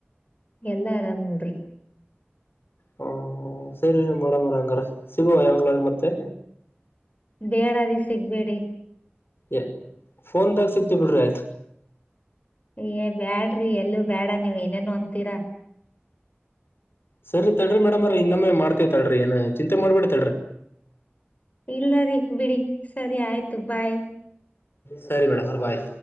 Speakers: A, on the left; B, on the left.
A: ಎಲ್ಲಾ ಆರಾಮ್ ನೋಡ್ರಿ
B: ಹ ಸರಿರೀ ಮೇಡಂ ಅವ್ರೆ ಹಂಗಾರ ಸಿಗುವ ಯಾವಾಗ್ಲ ಮತ್ತೆ
A: ಬೇಡರೀ ಸಿಗ್ಬೇಡಿ
B: ಯ ಫೋನ್ದಾಗ ಸಿಕ್ತ ಬಿಡ್ರಿ ಆಯ್ತು.
A: ಯ ಬ್ಯಾಡ್ರಿ ಎಲ್ಲೂ ಬೇಡ ನೀವ್ ಏನೇನು ಅಂತೀರಾ.
B: ಸರಿ ತಡ್ರಿ ಮೇಡಮ್ರ ಇನ್ನೊಮ್ಮೆ ಮಾಡ್ತೇವ ತಡಿರಿ ಏನ್ ಚಿಂತೆ ಮಾಡ್ಬೇಡಿ ತಡ್ರಿ
A: ಇಲ್ಲ ರೀ ಬಿಡಿ ಸರಿ ಆಯ್ತು ಬಾಯ್.
B: ಸರಿ ಮೇಡಮ್ ಅರಾ ಬಾಯ್.